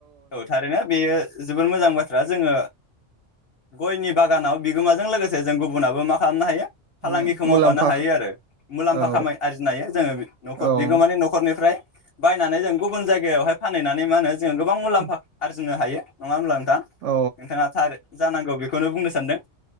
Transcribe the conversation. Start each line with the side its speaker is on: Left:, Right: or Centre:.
Left: औ थारैनो बेयो जोबोद मो मोजां बाथ्रा जोङो गयनि बागानाव बिगोमाजों लोगोसे जों गुबुनाबो मा खालामनो हायो फालांगिखौ
Right: औ
Left: मावफानो
Right: मुलाम्फा
Left: हायो आरो मुलामफा
Right: औ
Left: खामाय आरजिनो हायो जोङो
Right: औ
Left: बिगोमानि नखरनि फ्राय बायनानै जों गुबुन जायगायावहाय फानहैनानै मा होनो जों गोबां मुलामफा
Right: औ
Left: आरजि नो हायो नङा होनब्ला नोंथाङा
Right: औ
Left: थरै जानांगौ बे खौनो बुंनो सानदों